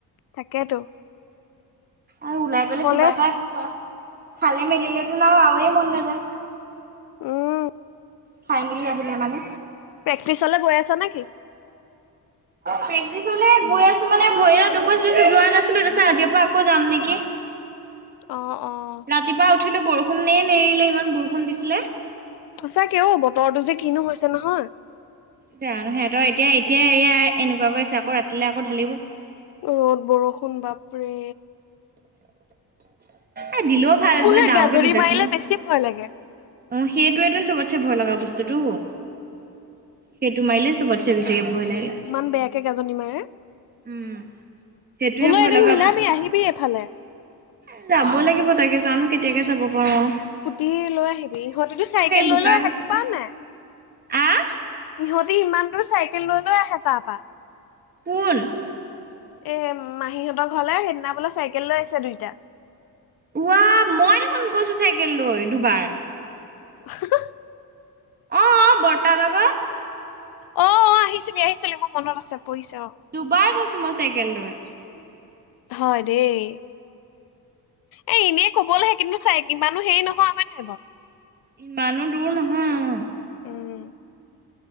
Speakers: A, on the left; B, on the right.
A: তাকেতো।
B: আৰু ওলাই পেলায়
A: কলেজ
B: কিবা এটা খোৱা খালে মেলিলেতো না আওৱে মন নাযায়।
A: উম'
B: খাই মেলি আহিলে মানে।
A: প্ৰেক্টিচ লে গৈ আছ নেকি?
B: প্ৰেক্টিচ লে গৈ আছোঁ মানে ভৰিত এটা দুখ পাইছিলো দেখি যোৱা নাছিলোঁ তাপিছত আজিৰ পা আকৌ যাম নেকি।
A: অঁ অঁ।
B: ৰাতিপুৱা উঠিলোঁ বৰষুণেই নেৰিলে ইমান বৰষুণ দিছিলে।
A: সঁচাকে ও বতৰটো যে কিনো হৈছে নহয়।
B: সিহঁতৰ এতিয়া এতিয়া এয়া এনেকুৱা কৰিছে আকৌ ৰাতিলে আকৌ ঢালিব।
A: ৰ'দ বৰষুণ বাপৰে।
B: এ দিলেওঁ ভাল
A: মোৰ
B: বোলে
A: সেই
B: ডাঙৰকে
A: গাজনি
B: দুজাক
A: মাৰিলে
B: মান।
A: বেছি ভয় লাগে।
B: অঁ সেইটোৱেটো চবতছে ভয় লগা বস্তুটো। সেইটো মাৰিলে চবতছে বেছিকে ভয় লাগে।
A: ইমান বেয়াকে গাজনী মাৰে
B: উম সেইটোয়ে
A: হ'লও
B: ভয়
A: এদিন
B: লগা
A: মিলাবি আহিবি এইফালে।
B: এ যাব লাগিব তাকে জানোঁ কেতিয়াকে যাব পাৰোঁ আও।
A: সুটি লৈ আহিবি ইহঁতেতো চাইকেল লৈ
B: বোকা
A: লৈ আহে গম
B: চোকা
A: পাৱ নাই।
B: আহ
A: সিহঁতি ইমান দূৰ চাইকেল লৈ লৈ আহে তাপা।
B: কোন?
A: এ মাহীহঁতৰ ঘৰলে সেইদিনা বোলে চাইকেল লৈ আহিছে দুইটা।
B: উৱা মই দেখোন গৈছোঁ চাইকেল লৈ দুবাৰ।
A: <unintelligible>
B: অঁ অ বৰ্তা লগত।
A: অঁ অঁ আহিছিলি আহিছিলি মোৰ মনত আছে পৰিছে অঁ।
B: দুবাৰ গৈছোঁ মই চাইকেল লৈ।
A: হয় দেই, এ এনেই কবলেহে কিন্তু, - হয়, কিমানো হেৰি নোহোৱা হয় নাই বাৰু।
B: ইমানু দুৰ নহয়। উম'
A: উম'